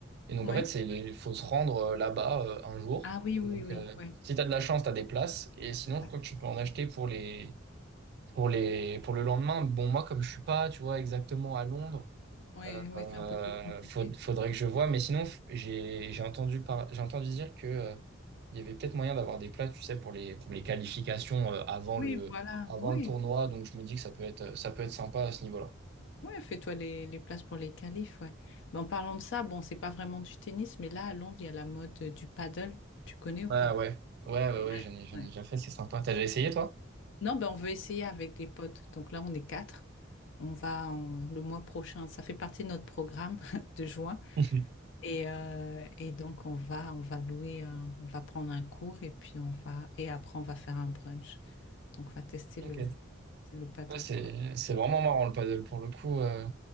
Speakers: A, on the right; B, on the left.
A: et donc
B: Oui.
A: en fait, c'est il faut se rendre euh, là-bas euh, un jour.
B: Ah oui,
A: Et
B: oui,
A: donc,
B: oui, oui.
A: euh,
B: Ouais.
A: si t'as de la chance, t'as des places, et sinon,
B: Ouais,
A: je crois que tu peux en acheter pour les pour les pour le lendemain. Bon, moi, comme je suis pas, tu vois, exactement à Londres.
B: ouais, ouais,
A: Euh,
B: c'est un peu plus compliqué.
A: faut- faudrait que je vois, mais sinon, f- j'ai j'ai entendu, par- j'ai entendu dire que euh, il y avait peut-être moyen d'avoir des plats, tu sais, pour les, pour les qualifications euh, avant
B: Oui,
A: le,
B: voilà,
A: avant
B: oui.
A: le tournoi, donc je me dis que ça peut être, ça peut être sympa à ce niveau-là.
B: Oui, fais-toi les, les places pour les qualifs, ouais. Mais en parlant de ça, bon, c'est pas vraiment du tennis, mais là, à Londres, il y a la mode euh, du paddle. Tu connais ou
A: Ouais,
B: pas?
A: ouais, ouais, ouais,
B: Et
A: ouais,
B: là,
A: j'en ai, j'en
B: ouais.
A: ai déjà fait, c'est sympa. T'as déjà essayé, toi?
B: Non, ben, on veut essayer avec des potes. Donc là, on est quatre. On va en- le mois prochain. Ça fait partie de notre programme <laughs> de juin.
A: <laughs>
B: Et, euh, et donc, on va, on va louer, un- on va prendre un cours et puis on va, et après, on va faire un brunch. Donc, on va tester
A: Ok.
B: le, le paddle,
A: Ouais, c'est,
B: quoi.
A: c'est vraiment marrant le paddle pour le coup. euh,